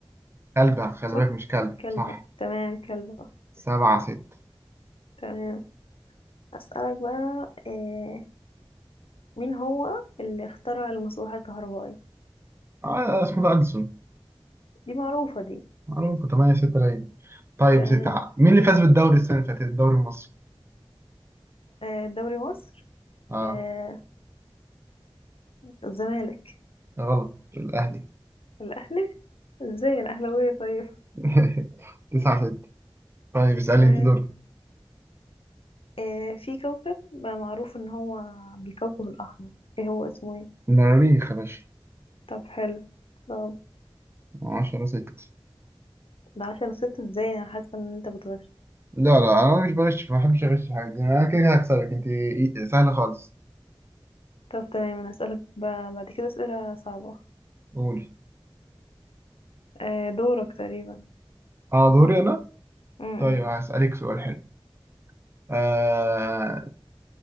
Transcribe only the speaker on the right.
كلب خلي
بالك مش كلب
صح
سبعة ستة
آه اسمه ده ألسون
معروفة تمانية ستة لعيب طيب
يا ستي مين اللي فاز بالدوري السنة اللي فاتت الدوري المصري؟
اه
غلط الأهلي
<laughs> تسعة ستة طيب اسألني
انت دور
المريخ يا باشا
عشرة ستة
لا لا أنا مش بغش ما بحبش أغش في حاجة أنا كده كده هكسبك انت إي- سهلة خالص
قولي
اه دوري أنا
طيب هسألك سؤال حلو آه...